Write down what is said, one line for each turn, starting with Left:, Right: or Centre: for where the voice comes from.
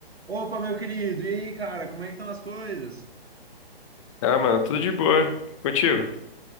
Right: Opa, meu querido, e aí, cara, como é que estão as coisas?
Left: Ah, mano, tudo de boa. E Contigo?